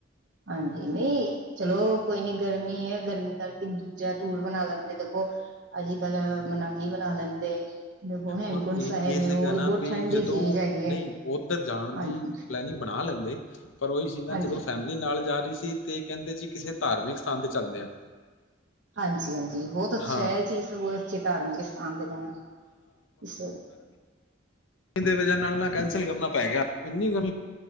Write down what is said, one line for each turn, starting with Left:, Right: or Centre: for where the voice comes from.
Right: ਹਾਂਜੀ ਨਹੀਂ ਚਲੋ ਕੋਈ ਨੀ ਗਰਮੀ ਹੈ ਗਰਮੀ ਕਰਕੇ ਦੂ ਜਾਂ ਦੂਰ ਬਣਾ ਲੈਂਦੇ ਦੇਖੋ ਅੱਜ ਕੱਲ ਮਨਾਲੀ ਬਣਾ ਲੈਂਦੇ। ਦੇਖੋ ਹੇਮਕੁੰਟ
Left: ਉਹ ਇਹ
Right: ਸਾਹਿਬ
Left: ਇਹ
Right: ਹੈ
Left: ਸੀਗਾ
Right: ਉਹ
Left: ਨਾ
Right: ਬਹੁਤ
Left: ਵੀ
Right: ਠੰਡੀ
Left: ਜਦੋਂ
Right: ਚੀਜ਼ ਹੈਗੀ ਹੈ
Left: ਨਹੀਂ ਉਧਰ ਜਾਣ
Right: ਹਾਂਜੀ
Left: ਦੀ ਪਲੈਨਿੰਗ ਬਣਾ ਲੈਂਦੇ ਪਰ ਉਹੀ ਚੀਜ਼ ਨਾ
Right: ਹਾਂਜੀ
Left: ਜਦੋਂ ਫੈਮਿਲੀ ਨਾਲ ਜਾ ਰਹੀ ਸੀ ਤੇ ਕਹਿੰਦੇ ਜੀ ਕਿਸੇ ਧਾਰਮਿਕ ਸਥਾਨ ਤੇ ਚੱਲਦੇ ਆ।
Right: ਹਾਂਜੀ- ਹਾਂਜੀ ਬਹੁਤ ਅੱਛਾ
Left: ਹਾਂ
Right: ਹੈ ਇਹ ਚੀਜ਼ ਤੇ ਬਹੁਤ ਅੱਛੇ ਧਾਰਮਿਕ ਸਥਾਨ ਤੇ ਜਾਣਾ ਇਸ
Left: ਇਹਦੇ ਵਜਾ ਨਾਲ ਕੈਂਸਲ ਕਰਨਾ ਪੈ ਗਿਆ ਇੰਨੀ ਗਰ